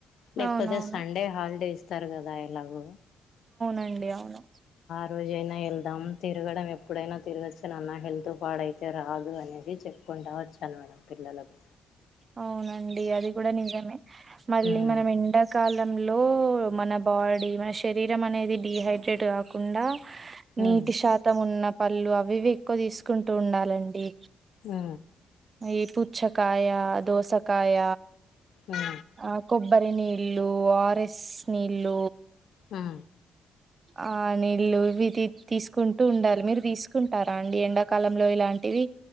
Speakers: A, on the left; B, on the right.
A: లేకపోతే
B: అవునవును
A: సండే హాల్డే ఇస్తారు కదా ఎలాగో
B: సండే అవును.
A: రోజైన ఎళ్దాం తిరగడం ఎప్పుడైనా తిరగచ్చు నాన్న హెల్త్ పాడైతే రాదు అనేసి చెప్ప కుంటా వచ్చాను మేడం. పిల్లలకు
B: అవునండి అది గుడా నిజ మళ్ళీ
A: ఉమ్
B: మనం ఎండాకాలంలో మన బాడీ మన శరీరం అనేది డిహైడ్రేట్ కాకుండా నీటి
A: ఉమ్
B: శాతం ఉన్న పళ్ళు అవి ఇవి ఎక్కువ తీస్కుంటూ ఉండాలండి.
A: ఆ
B: ఈ పుచ్చకాయ, దోసకాయ,
A: ఉమ్
B: ఆ కొబ్బరి నీ ళ్ళు, ఓఆర్ఎస్ నీళ్ళు
A: ఆ
B: ఆ నీళ్ళు ఇవి తీ తీస్కుంటూ ఉండాల్ మీరు తీసుకుంటార్ రా అండి ఎండాకాలంలో ఇలాంటివి